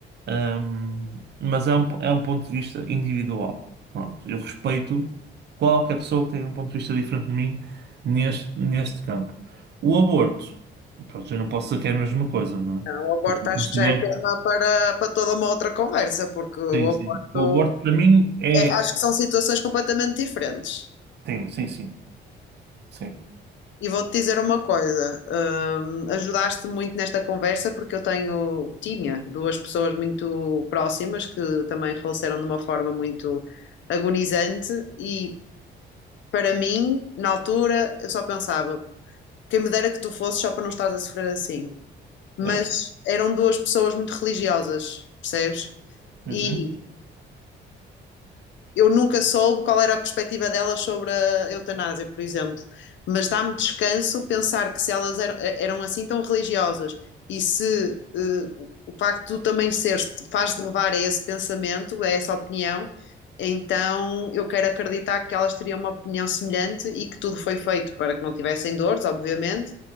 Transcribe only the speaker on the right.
Ahm, mas é um, é um ponto de vista individual. Pronto, eu respeito qualquer pessoa que tenha um ponto de vista diferente de mim neste, neste campo. O aborto, pronto, eu não posso dizer que é a mesma coisa, não é?
Porque eu
considero,
que sim,
sim. O aborto para mim é.
Sim, sim, sim, sim.
É.
Uhum,